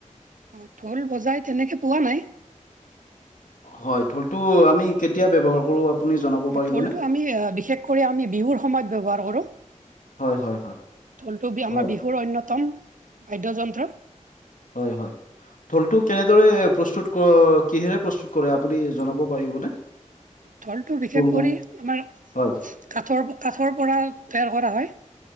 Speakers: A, on the right (about 80°); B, on the left (about 80°).
A: অঁ ঢোল বজাই তেনেকৈ পোৱা নাই।
B: হয়ঁ ঢোলটো আমি কেতিয়া ব্যৱহাৰ কৰোঁ। আপুনি জনাব পাৰিবনে
A: ঢোলটো আমি বিশেষকৈ আমি বিহুৰ সময়ত ব্যৱহাৰ কৰো।
B: হয়, হয়, হয়,
A: ঢোলটো বি আমাৰ
B: হয়,
A: বিহুৰ অন্যতম বাদ্যযন্ত্ৰ।
B: হয়ঁ হয়ঁ। ঢোলটো কেনেদৰে প্ৰস্তুত ক কিহেৰে প্ৰস্তুত কৰে আপুনি জনাব পাৰিবনে?
A: ঢোলটো বিশেষ
B: ঢোলমু
A: কৰি আমাৰ
B: হয়,
A: কাঠৰ কাঠৰ পৰা তৈয়াৰ কৰা হয়